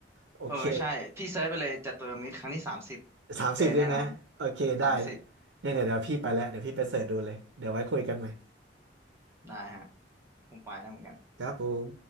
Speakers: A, on the right (about 85°); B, on the right (about 15°).
A: โอเค
B: เออใช่พี่เซิร์ชไปเลยจัตุรมิตรครั้งที่สามสิบ
A: สามสิบใช่ไหม
B: เจอแน่นอน
A: โอเค ได้
B: สามสิบ
A: เนี่ยเดี๋ยวพี่ไปแล้วเดี๋ยวพี่ไปเสิร์ชดูเลยเดี๋ยวไว้คุยกันใหม่
B: ได้ฮะผมไปแล้วเหมือนกัน
A: ครับผม